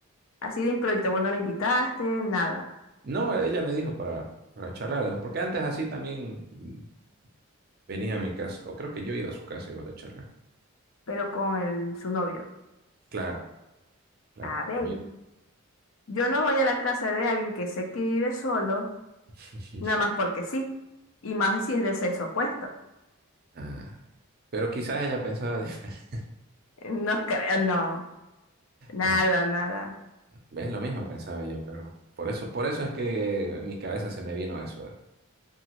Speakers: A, on the left; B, on the right.
A: así de improviso, vos no la invitaste, nada,
B: No, ella me dijo para, para charlar, digamos, porque antes así también mm, venía a mi casa, o creo que yo iba a su casa y iba a la charla.
A: pero con el- su novio.
B: Claro, claro.
A: A ver,
B: conmigo.
A: yo no voy a la casa de alguien que sé que vive solo
B: <laughs>
A: Nada más porque sí. Y más si es del sexo opuesto.
B: Ah, pero quizás ella pensaba, de- <laughs>
A: Eh, No creo, no. Nada,
B: ah,
A: nada.
B: ves lo mismo pensaba yo, pero por eso, por eso es que en mi cabeza se me vino eso.